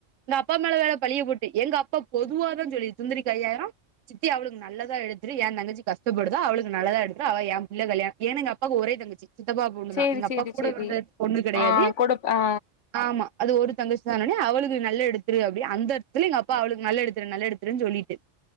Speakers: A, on the right (about 80°); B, on the left (about 75°).
A: எங்க அப்பா மேல வேற பழிய போட்டு எங்க அப்பா பொதுவாதா சொல்லி சுந்தரிக் ஐயாயிர சித்தி அவளுக்கு நல்லதா எடுத்துரு என் தங்கச்சி கஷ்டப்படுதா அவளுக்கு நல்லதா எடுத்துரு அவ என் பிள்ள கல்யாண ஏ எங்க அப்பாக்கு ஒரே தங்கச்சி சித்தப்பா பொண்ணுதா
B: சேரி
A: எங்க அப்பா
B: சேரி
A: கூட
B: சேரி
A: பொறந்த பொண்ணு கெடையாது
B: ஆ குடுப் ஆ
A: ஆமா அது ஒரு தங்கச்சி தானனு அவளுக்கு நல்ல எடுத்துரு அப்டி அந்த அர்தத்துல எங்க அப்பா அவளுக்கு நல்ல எடுத்துரு நல்ல எடுத்துருன் சொல்லிட்டு